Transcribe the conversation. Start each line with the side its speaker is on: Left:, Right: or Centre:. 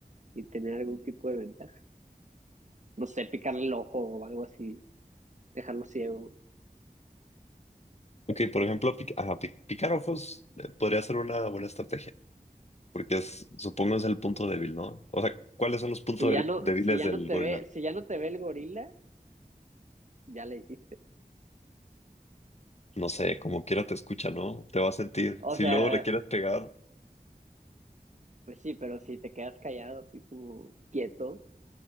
Right: y tener algún tipo de ventaja. No sé, picarle el ojo o algo así, dejarlo ciego.
Left: Ok, por ejemplo, pic- ajá, pic- picar ojos eh, podría ser una buena estrategia, porque es- supongo es el punto débil, ¿no? O sea, ¿cuáles son los puntos
Right: Si ya
Left: de-
Right: no,
Left: débiles
Right: si ya
Left: del
Right: no te
Left: gorila?
Right: ve, si ya no te ve el gorila, ya le hiciste.
Left: No sé, como quiera te escucha, ¿no? Te va a sentir.
Right: O
Left: Si
Right: sea,
Left: luego le quieres pegar
Right: pues sí, pero si te quedas callado así como quieto,